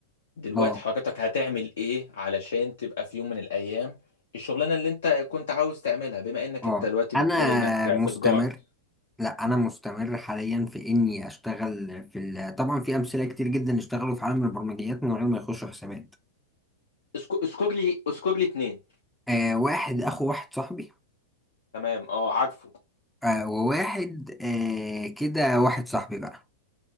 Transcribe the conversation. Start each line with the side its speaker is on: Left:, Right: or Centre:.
Left: دلوقتي
Centre: أه
Left: حضرتك هتعمل ايه علشان تبقى في يوم من الايام الشغلانه اللي انت كنت عاوز تعملها بما انك
Centre: أه
Left: انت دلوقتي
Centre: أنا
Left: بتقول انك في
Centre: مستمر
Left: تجاره
Centre: لا
Left: مم.
Centre: أنا مستمر حاليا في إني أشتغل في ال... طبعا في أمثلة كتير جدا اشتغلوا في عالم البرمجيات من غير ما يخشوا حسابات
Left: اذك- اذكر لي اذكر لي اتنين
Centre: آه واحد أخو واحد صاحبي
Left: تمام اه عارفه
Centre: آه وواحد آه كده واحد صاحبي بقى